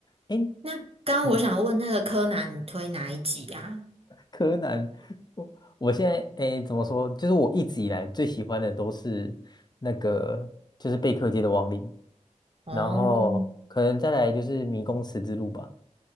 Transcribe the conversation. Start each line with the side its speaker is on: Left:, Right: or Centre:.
Left: 哎，
Right: 那刚刚我想问那个柯南，
Left: 嗯，
Right: 你推哪一集啊？
Left: 柯南，我我现在诶怎么说？就是我一直以来最喜欢的都是那个，就是贝克街的亡灵，
Right: 哦，
Left: 然后可能再来就是迷宫十字路吧。